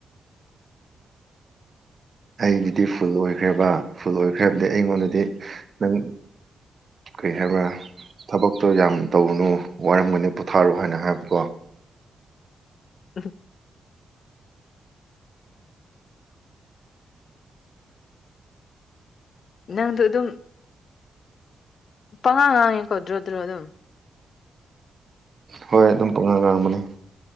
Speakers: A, on the right (about 35°); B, on the left (about 55°).
A: ꯑꯩꯒꯤꯗꯤ ꯐꯨꯜ ꯑꯣꯏꯈ꯭ꯔꯦꯕ ꯐꯨꯜ ꯑꯣꯏꯈ꯭ꯔꯦ ꯍꯥꯏꯕꯗꯤ ꯑꯩꯉꯣꯟꯗꯗꯤ ꯅꯪ ꯀꯔꯤ ꯍꯥꯏꯕ꯭ꯔꯥ ꯊꯕꯛꯇꯣ ꯌꯥꯝ ꯇꯧꯅꯨ ꯋꯥꯔꯝꯒꯅꯤ ꯄꯣꯊꯥꯔꯣ ꯍꯥꯏꯅ ꯍꯥꯏꯕꯀꯣ꯫
B: <unintelligible> ꯅꯪꯗꯣ ꯑꯗꯨꯝ ꯄꯉꯥꯡ ꯉꯥꯡꯉꯤꯀꯣ ꯗꯔꯣ ꯗꯔꯣ ꯗꯨꯝ꯫
A: ꯍꯣꯏ ꯑꯗꯨꯝ ꯄꯉꯥꯡ ꯉꯥꯡꯕꯅꯤ꯫